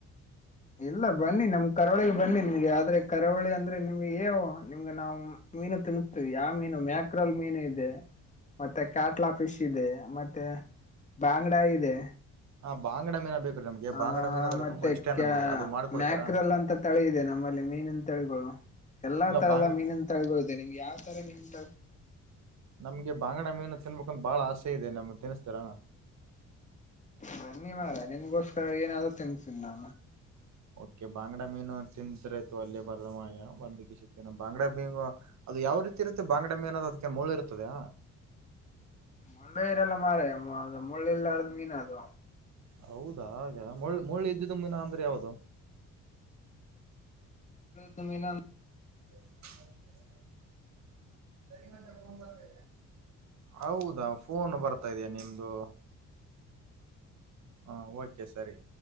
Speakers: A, on the left; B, on the right.
A: ಇಲ್ಲ ಬನ್ನಿ ನಮ್ ಕರಾವಳಿಗೆ ಬನ್ನಿ ನಿಮ್ಗೆ ಆದ್ರೆ ಕರಾವಳಿ ಅಂದ್ರೆ ನಿಮ್ಗೆ ಏವು ನಿಮ್ಗೆ ನಾವು ಮೀನು ತಿನ್ಸ್ತೀವಿ ಯಾವ ಮೀನು ಮ್ಯಾಕ್ರಾಲ್ ಮೀನು ಇದೆ ಮತ್ತೆ ಕ್ಯಾಟ್ಲಾ ಫಿಶ್ ಇದೆ. ಮತ್ತೆ ಬಂಗ್ಡಾ ಇದೆ
B: ಹಾ ಬಾಂಗಡಾ ಮೀನಾ ಬೇಕು ನಾಮಗೆ
A: ಆ
B: ಬಾಂಗಡ ಮೀನು ಅಂದ್ರೆ
A: ಮತ್ತೆ
B: ತುಂಬಾ ಇಷ್ಟೇ
A: ಕ್ಯಾ
B: ನಮಗೆ ಅದು ಮಾಡ್ ಕೊಡ್ತೀರಾ
A: ಮ್ಯಾಕ್ರಲ್ ಅಂತ ತಳಿ ಇದೆ ನಮ್ಮಲ್ಲಿ ಮೀನಿನ ತಳಿಗಳು ಎಲ್ಲಾ
B: ಇಲ್ಲ
A: ತರಹದ
B: ಬಾಂಗ್
A: ಮೀನಿನ ತಳಿಗಳು ಇದೆ ನಿಮ್ಗೆ ಯಾವ ತರ ಮೀನ ತಿ
B: ನಮ್ಗೆ ಬಾಂಗಡಾ ಮೀನು ತಿನ್ಬೇಕಂದ ಬಾಳ ಆಸೆ ಇದೆ ನಮ್ಗೆ ತಿನ್ಸತಿರಾ
A: ಬನ್ನಿ ಮರ್ರೆ ನಿನ್ಗೋಸ್ಕರ ಏನಾದ್ರು ತಿನ್ಸಿ ನಾ
B: ಓಕೆ ಬಾಂಗಡ ಮೀನು ತಿಂತತ್ರಾಯತ ಅಲ್ಲಿ ಬರ್ದ ಮ ಬಂದ <unintelligible> ಬಂಗಾಡಾ ಮೀನು ಅದು ಯಾವ ರೀತಿ ಇರುತ್ತೆ. ಬಾಂಗಡಾ ಮೀನ್ ಅನ್ನೋದು ಅದಕ್ಕೆ ಮೂಳೆ ಇರ್ತದಾ
A: ಮುಳ್ಳೆರೆಲ್ಲ ಮಾರಯಾ ಮುಳ್ಳೆಲ್ಲಾರ್ದ ಮೀನು ಅದು
B: ಹೌದಾ ಹಾಗೆ ಮುಳ್ ಮುಳ್ ಇದ್ದು ಮೀನು ಅಂದ್ರೆ ಯಾವದು
A: ಜಮೀನಾ <unintelligible>
B: ಹೌ <inaudible> ತರಿ ಮಾತ್ತ ನ್ ಬತ <inaudible> ಹೌದಾ ಫೋನ್ ಬರ್ತಾ ಇದಯಾ ನಿಮ್ದು? ಹಾ ಓಕೆ ಸರಿ.